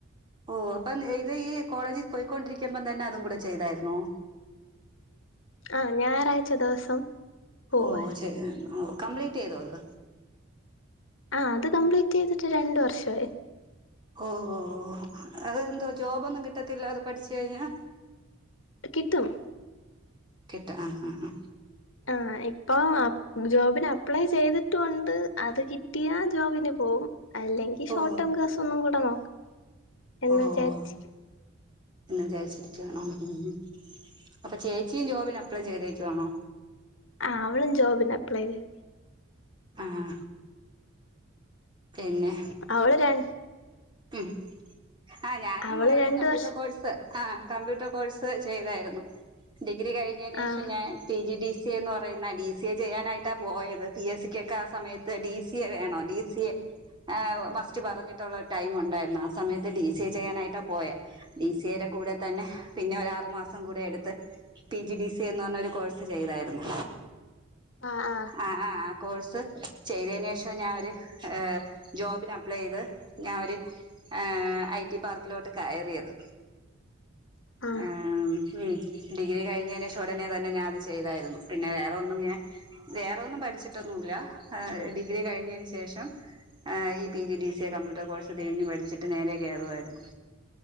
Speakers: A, on the right; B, on the left.
A: ഓഹോ അപ്പം ഇത് ഈ കോളേജി പൊയ്ക്കൊണ്ടിരിക്കുമ്പം തന്നെ അതും കൂടെ ചെയ്തായ്ര്ന്നോ
B: ആഹ് ഞായറാഴ്ച്ച ദിവസം പോവ
A: ഓ ചെയ്യാൻ ഓ കംപ്ലീറ്റെയ്തോ അത്
B: ആഹ് അത് കംപ്ലീറ്റെയ്തിട്ട് രണ്ട് വർഷവായ്
A: ഓഹ് ഓഹ് അതെന്താ ജോബൊന്നും കിട്ടത്തില്ലാ അത് പഠിച്ച് കഴിഞ്ഞാ
B: കിട്ടും
A: കിട്ടും ആഹ് ഹാ ആഹ്
B: ആഹ് ഇപ്പൊ അ ജോബ്ന് അ പ്പ്ളേ ചെയ്തിട്ടാെണ്ട് അത് കിട്ടിയാ ജോബ്ന് പോവും അല്ലെങ്കി
A: ഓ
B: ഷോട്ടോം കേസ് ഒന്നും കൂടെ നോക്കാം എന്ന്
A: ഓ
B: വിചാര്ച്ച്
A: എന്ന് വിചാച്ചിരിക്കുവാണോ ഉം അപ്പൊ ചേച്ചിയും ജോബ്ന് അപ്ലൈ ചെയ്തേക്കുവാണോ
B: ആഹ് അവളും ജോബ്ന് അപ്ലൈ ചെയ്ത്
A: ആഹ് തെന്നെ
B: അവള് രൺ
A: ഉം ആഹ് ഞാനും
B: അവള്
A: ഒര്
B: രണ്ട്
A: കമ്പ്യൂട്ടർ
B: വർഷം
A: കോഴ്സ് ആഹ് കമ്പ്യൂട്ടെർ കോഴ്സ് ചെയ്തായ്ര്ന്നു ഡിഗ്രി കഴിഞ്ഞേനേഷം
B: ആഹ്
A: ഞാൻ പിജിഡിസി എന്ന് പറയുന്ന ഡിസിഎ ചെയ്യാനായിട്ടാണ് പോയത് പിഎസിയൊക്കെ ആ സമയത്ത് ഡിസിഎ വേണോ ഡിസി സിഎ മസ്റ്റ് പറഞ്ഞിട്ടുള്ള ടൈം ഉണ്ടായിരുന്നു ആ സമയത്ത് ഡിസി ചെയ്യാനായിട്ടാ പോയേ ബിസിയടെ കൂടെ തന്നെ പിന്നെ ഒരു ആറുമാസം കൂടെ എടുത്ത് പിജിഡിസി എന്ന് പറഞ്ഞൊരു കോഴ്സ് ചെയ്തായിരുന്നു
B: ആ ആ
A: ആ ആ ആ കോഴ്സ് ചെയ്തതിന് ശേഷം ഞാൻ ഒരു ജോബിന് അപ്‌ളേ ചെയ്ത് ചെയ്ത് ഞാനൊരു എ ഐ റ്റി പാർക്കിലോട്ട് കയറിയത്
B: ആഹ്
A: ഏമം ഡിഗ്രി കഴിഞ്ഞത് ശേഷം ഉടനെ തന്നെ ഞാൻ അത് ചെയ്തായിരുന്നു പിന്നെ വേറെ ഒന്നും ഞാൻ വേറൊന്നും പഠിച്ചിട്ടൊന്നുല്ല ഡിഗ്രി കഴിഞ്ഞതിന് ശേഷം ഈ പിജിഡിസി എ കമ്പ്യൂട്ടർ കോഴ്സ് തേഞ്ഞ് പഠിച്ചിട്ട് നേരെ കേറുവായിരുന്നു